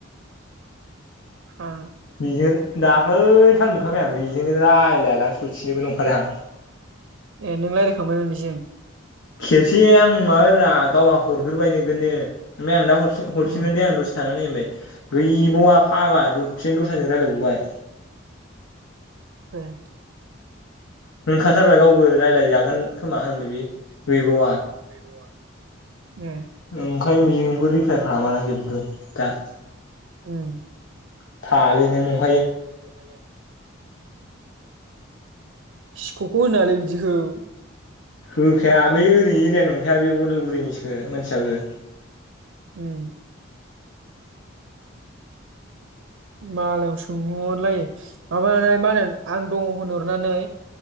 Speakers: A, on the right; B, on the left.
A: हा
B: बेजोंनो दाख्लै थाल मोनखाबाय आं बेजोंनो रायलायालां सथिबो नंखादां
A: ए नों रायलाय खांबाय बेजों
B: खेबसे आं माबाबायब्रा गावहा हरग्रोबाय नोगोनो ओमफ्राय आं दा हन हरसिनगोन
A: उम
B: दे आं दसे थानानै नाय होनबाय गैबावआ फाग्ला दसेनो दस्रा दस्रा रायज्लायबावबाय
A: ह
B: होनखाथारबाय गावबो रायज्लायजागोन खोमा होनबाय बि गैबावा
A: गैबावा उम
B: ओंखायनो बिनिखौ रिफ्लायार खालामालां जेबो दा
A: उम
B: <unintelligible>
A: <unintelligible> सिख'खौ होनालाय बिदिखौ
B: होखाया नै ओरै एरिया नंखाया बे अदालगुरिनिसो मानसियाबो।
A: उम मालायाव सोंहरहरलाय माबानाय मा होनो आं दङ होनहरनानै